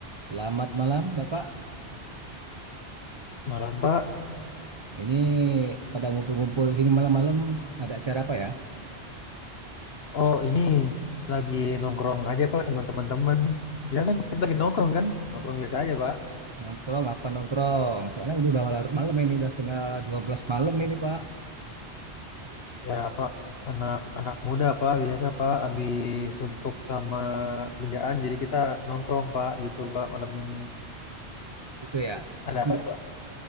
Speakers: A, on the right; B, on the left.
A: Selamat malam, Bapak.
B: Malam Pak,
A: Ini pada ngumpul-ngumpul di sini malam-malam ada acara apa ya?
B: oh ini lagi nongkrong aja Pak sama teman-teman. Ya kan kita lagi nongkrong kan, nongkrong biasa aja Pak.
A: Nongkrong apa nongkrong? Soalnya udah udah malam, malam ini udah setengah 12 malam ini, Pak.
B: Ya Pak, anak-anak muda Pak biasa Pak, habis suntuk sama kerjaan jadi kita nongkrong Pak gitu Pak malam ini.
A: Itu ya.
B: Ada
A: Enggak.
B: apa ya Pak?